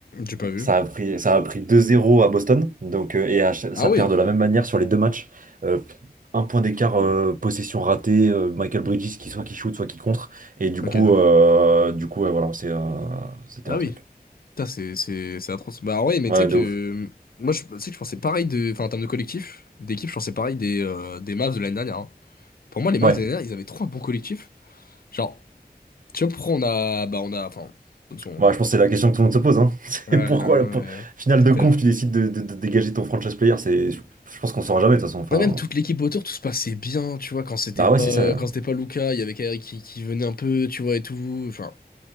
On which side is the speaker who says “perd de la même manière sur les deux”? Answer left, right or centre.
Right